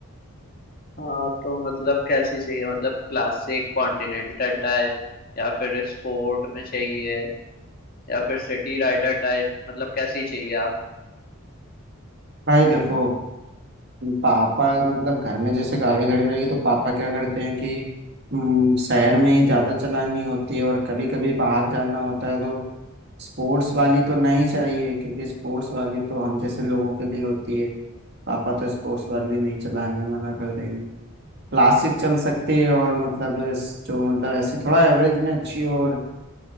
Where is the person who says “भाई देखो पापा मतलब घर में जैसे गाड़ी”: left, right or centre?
Right